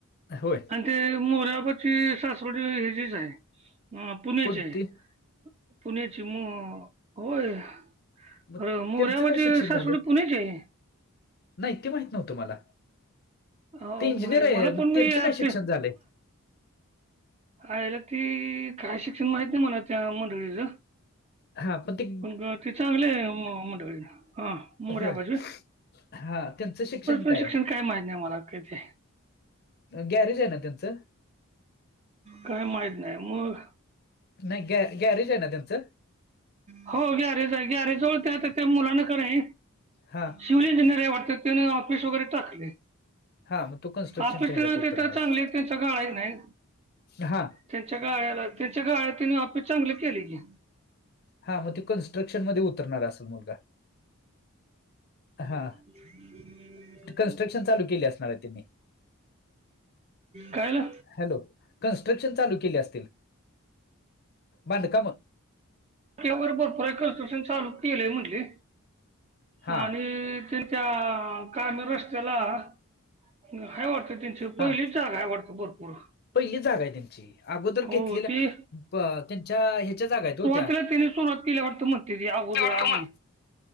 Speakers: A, on the left; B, on the right.
A: होय.
B: ते <unintelligible> सासवडी हेजीच हाय. आ प पुण्याची
A: कोणती?
B: हाय पुण्याची म होय.
A: मग
B: अ मोऱ्याबा
A: त्यांचं काय
B: ची
A: शिक्षण
B: सासवडी
A: झालंय?
B: पुण्याची हाय.
A: नाही. ते माहित नव्हतं मला.
B: हो
A: ते इंजिनियर
B: माय
A: आहेत.
B: मला पण मी
A: त्यांचं
B: आपली
A: काय शिक्षण झालंय?
B: आयला, ती काय शिक्षण माहित नाही मला त्या मंडळीचं
A: हा. पण ती
B: पण ग ते चांगले आय म मंडळी ला हा मोऱ्या
A: होय
B: बाजू वय?
A: हा त्यांचं
B: <unintelligible> शिक्षण
A: आहे
B: काय माहत नाही मला काही ते
A: गॅरेज आहे ना त्यांचं?
B: काय माहीत नाही मग
A: नाही गॅ-गॅरेज आहे ना त्यांचं?
B: हो गॅरेज आहे. गॅरेजवळ त्या आता त्या मुलांन कणी
A: हा.
B: सिव्हिल इंजनिअर हाय वाटत. तेन ऑफिस तेन टाकलय.
A: हा मग तो कन्स्ट्रक्शनच्या
B: आपकडं
A: ह्याच्यात उतरणार
B: ते तिथं
A: असेल.
B: चांगली तेचा गाळा हाय क नाय
A: हा
B: त्यांच्या गाळ्याला त्यांच्या गाळ्या त्यांनी ऑफिस चांगल केल की
A: हा म ते कन्स्ट्रक्शन मध्ये उतरणार असल मुलगा
B: <unintelligible>
A: हा कन्स्ट्रक्शन चालू केली असणार हाय त्यांनी
B: कायला
A: हॅलो कन्स्ट्रक्शन चालू केले असतील बांधकाम
B: त्यावर बपरय कन्स्टकशन चालू केलय म्हटली
A: हा
B: आणि त्याच्या काय म रस्त्याला हाय वाटत. त्याची पहिलीचं
A: हा
B: जागा हाय वाटत भरपूर
A: पहिली जागा आहे त्यांची अगोदर घेतलेल्या
B: हो ती
A: प त्यांच्या ह्याच्या जागा आहेत हो त्या
B: परत त्यांनी सुरवात केले वाटत म्हणती ती अगोदर
A: ते वाटतं
B: आम्ही
A: मग